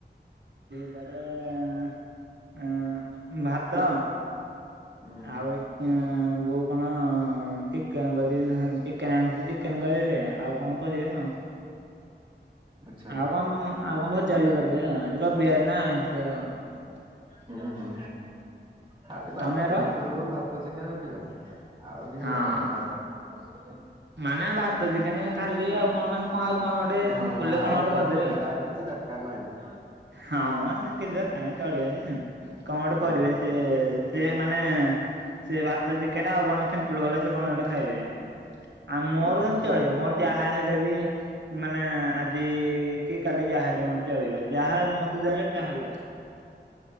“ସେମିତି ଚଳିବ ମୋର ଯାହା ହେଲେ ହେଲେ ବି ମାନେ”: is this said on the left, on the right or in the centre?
Right